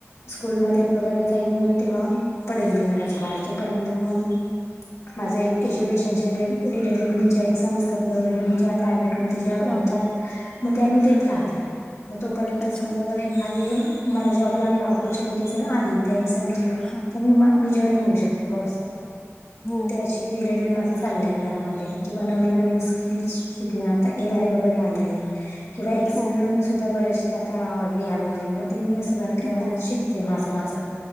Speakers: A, on the left (about 75°); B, on the left (about 20°).
A: स्कूल मध्ये वगैरे जाईन. मग तेव्हा पडेल मी घराच्या बाहेर. तोपर्यंत मग माझे एज्युकेशन रिलेटेड मी ज एक्झाम असतात. गव्हर्नमेंटच्या प्रायव्हेटमध्ये ज्या
B: हा
A: होतात. म त्या मी देत
B: हम्म
A: राहते. म तोपर्यंत
B: अच्छा
A: समजा जर एखादी मला जॉब लागला. ऑपॉर्च्युनिटी जर आली त्या एक्झाम थ्रू.
B: हा
A: तर मी मा मी जॉईन होऊ शकते बा अस.
B: हो
A: त्याची रिलेटेड माझ चालय घरामध्ये. किंवा नवीन नवीन स्किल् शिकण. आता ए आय वगैरे आलंय. किंवा एक्सेल
B: हो
A: मध्ये सुद्धा बर्याचसे आता हे आलेलेय. म ते मी असं घरातल्या घरात
B: हो
A: शिकते माझं माझं.